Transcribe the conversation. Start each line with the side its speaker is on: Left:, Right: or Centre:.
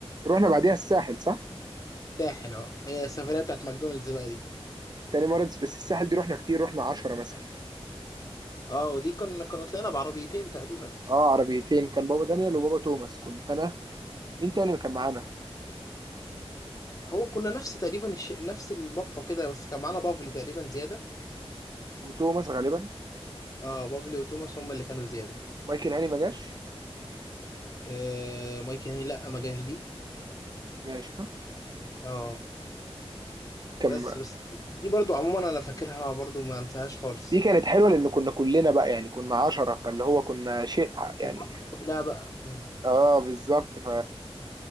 Right: رحنا بعديها الساحل صح
Left: ساحل اه هي السفرية بتاعت ماكدونالدز بقى دي
Right: تاني مرة بس الساحل دي رحنا كتير رحنا عشرة مثلا
Left: اه ودي كنا كنا طلعنا بعربيتين تقريبا
Right: اه عربيتين كان بابا دانيال وبابا توماس كنت انا مين تاني كان معانا
Left: هو كنا نفس تقريبا الشيء نفس البفة كده بس كان معانا بافلي تقريبا زيادة
Right: وتوماس غالبا
Left: اه بافلي وتوماس هم اللي كانوا زيادة
Right: مايكل هاني ما جاش
Left: آه مايك هاني لا ما جاش دي
Right: ما جاش ها
Left: اه
Right: كان
Left: بس بس دي برضو عموما انا فاكرها برضو ما انساهاش خالص
Right: دي كانت حلوه لان كنا كلنا بقى يعني كنا عشرة فاللي هو كنا شيء يعني
Left: المواقف كلها بقى آه.
Right: اه بالظبط ف